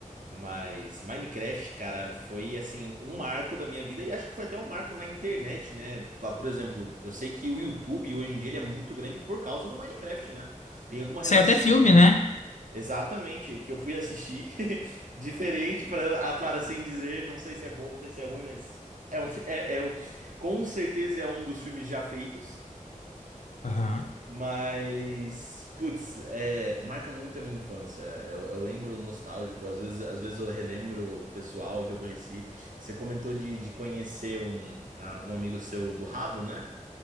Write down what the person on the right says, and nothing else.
Mas Minecraft, cara, foi assim um marco da minha vida e acho que foi até um marco na internet, né? Pa- Por exemplo, eu sei que o YouTube hoje em dia ele é muito grande por causa do Minecraft, né? Tem alguma
relação
assim?
Exatamente, que eu fui assistir, <laughs> diferente para para assim dizer, não sei se é bom, não sei se é ruim, mas é um, é, é um, com certeza é um dos filmes já feitos,
mas putz, é, marca muito a minha infância. Eu, eu lembro nostálgico, às vezes, às vezes eu relembro o pessoal que eu conheci. Você comentou de, de conhecer um, ah, um amigo seu do rabo, né?